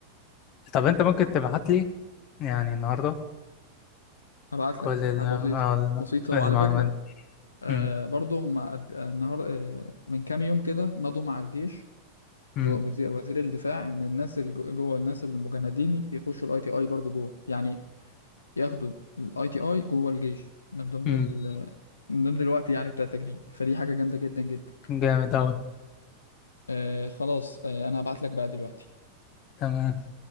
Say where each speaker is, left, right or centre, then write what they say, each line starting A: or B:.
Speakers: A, on the left; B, on the left.
A: طب أنت ممكن تبعت لي يعني النهاردة
B: هبعت
A: كل
B: لك
A: ال-
B: حاجة
A: الم-
B: بسيطة بسيطة
A: المعلومات
B: وعلى فكرة
A: دي
B: آه
A: امم
B: برضه هما قد- آه، النهار آه من كام يوم كده مضوا مع الجيش
A: امم
B: وزير, وزير الدفاع إن الناس اللي جو- جوه الناس المجندين يخشوا الأي تي أي برضه جوه يعني ياخدوا الاي تي اي جوه الجيش من ضمن
A: امم
B: ال من ضمن الوقت يعني بتاع التجنيد فدي حاجة جامدة جدا جدا
A: أمم، جامد أوي
B: آه خلاص آه انا هبعت لك بقى دلوقتي
A: تمام